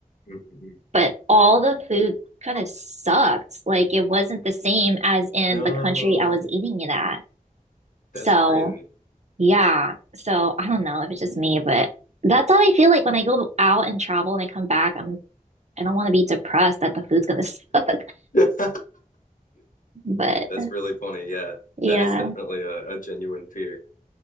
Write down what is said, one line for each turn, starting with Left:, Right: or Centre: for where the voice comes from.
Left: mm, mm.
Right: but all the food kind of sucked. Like it wasn't the same as in
Left: No,
Right: the country I was eating it at.
Left: that's
Right: So
Left: crazy.
Right: Yeah. So I don't know if it's just me, but that's how I feel like when I go out and travel and I come back, I'm I don't want to be depressed that the food's gonna <laughs> suck.
Left: <laughs> That's
Right: But
Left: really funny. Yeah,
Right: yeah.
Left: that is definitely a, a genuine fear.